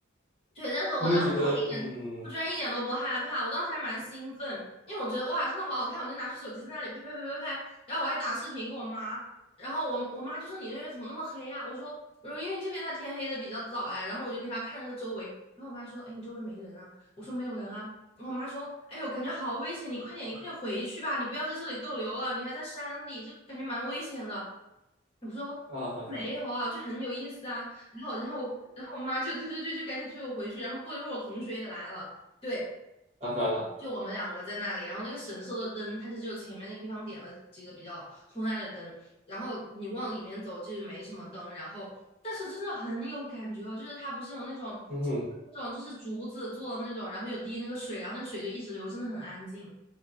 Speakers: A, on the left; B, on the right.
A: 对，但是我当时我一点，
B: <laughs> 不会觉得嗯
A: 我居然一点都不害怕，我当时还蛮兴奋，因为我觉得哇，真的好好看，我就拿出手机在那里拍拍拍拍拍，然后我还打视频给我妈，然后我我妈就说你那边怎么那么黑啊？我说我说因为这边它天黑的比较早呀，然后我就给她看那个周围，然后我妈说哎你周围没人啊？我说没有人啊，然后我妈说哎呦感觉好危险，你快点你快点回去吧，你不要在这里逗留了，你还在山里，就感觉蛮危险的。我说没有啊，
B: 啊哈哈 <laughs>
A: 就很有意思啊。然后，然后，然后我妈就对对对，就赶紧催我回去。然后过了一会儿，我同学也来了，对，
B: 啊哈哈，
A: 就我们两个在那里。然后那个神社的灯，它就只有前面那个地方点了几个比较昏暗的灯，然后你往里面走就没什么灯。然后，但是真的很有感觉哦，就是它不是有那种
B: 嗯哼，
A: 那种就是竹子做的那种，然后有滴那个水，然后那个水就一直流，真的很安静。